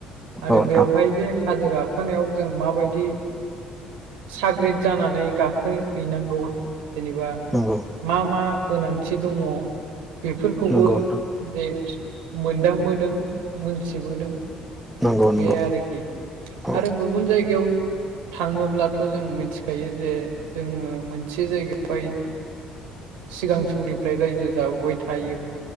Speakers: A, on the right; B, in the centre.
A: आरो
B: औ नोंथां
A: बेवहाय जे हाजो गाखोनायाव जों माबायदि साग्रिद जानानै गाखो है-हैनांगौ। जेनेबा
B: नंगौ
A: मा मा गोनांथि दङ बिफ खौबो
B: नंगौ नोंथां
A: दे मोनदांबोदों मोनथिबोदों।
B: नंगौ नंगौ
A: बे आरोखि
B: औ
A: आरो गुबुन जायगायाव थाङोब्लाथ' जों मिथिखायो जे जोङो मोनसे जायगायावहाय सिगां समनिफ्राय रायजो जाबोबाय थायो।